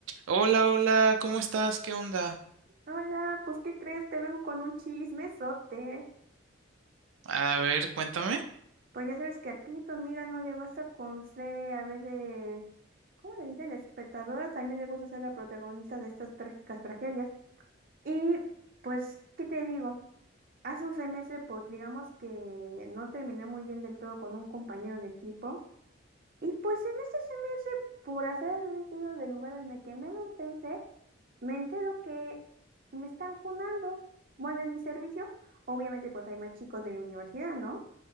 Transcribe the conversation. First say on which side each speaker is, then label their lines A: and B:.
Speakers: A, on the right (about 85°); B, on the right (about 50°).
A: Hola, hola, ¿cómo estás? ¿Qué onda?
B: Hola, pues ¿qué crees? Te vengo con un chismesote.
A: A ver, cuéntame.
B: Pues ya sabes que aquí tu amiga no le basta con ser a veces, ¿cómo le dicen? Espectadora, también le gusta ser la protagonista de estas trágicas tragedias. Y pues, ¿qué te digo? Hace un semestre, pues digamos que no terminé muy bien del todo con un compañero de equipo. Y pues en ese semestre, por hacer el destino del lugar en el que menos pensé, me entero que me están funando. Bueno, en mi servicio, obviamente pues hay más chicos de la universidad, ¿no?